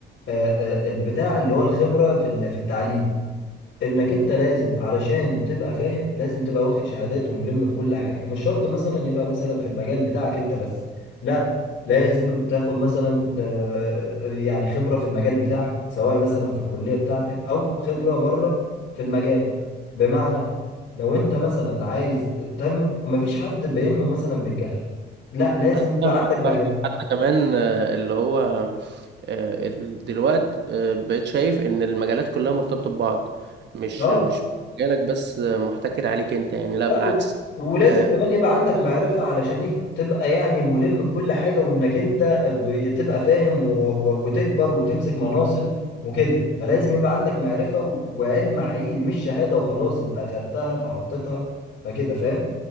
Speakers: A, on the left (about 70°); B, on the right (about 60°).
A: آه، آه، البتاع اللي هو الخبرة في ال- في التعليم انك انت لازم علشان تبقى فاهم لازم تبقى واخد شهادات وملم بكل حاجه مش شرط مثلا يبقى مثلا في المجال بتاعك انت بس لا لازم تاخد مثلا آه، يعني خبره في المجال بتاعك سواء مثلا في الكليه بتاعتك او خبره بره في المجال بمعنى لو انت مثلا عايز تنمو مفيش حد بينمو مثلا بالجهل لا لازم
B: انا
A: يبقى
B: فاهمك
A: عندك معرفه
B: فاهمك حتى كمان آه، اللي هو آه، ال- دلوقت آه، بقيت شايف ان المجالات كلها مرتبطة ببعض مش
A: اه
B: مش مجالك بس آه، محتكر عليك انت يعني لا
A: لا
B: بالعكس
A: و- ولازم
B: آه،
A: كمان يبقى عندك معرفة علشان ايه تبقى يعني ملم بكل حاجة وانك انت ب- تبقى فاهم و- و- وتكبر وتمسك مناصب وكده فلازم يبقى عندك معرفة وعلم حقيقي مش شهادة وخلاص انت اخدتها فحطيتها فكده فاهم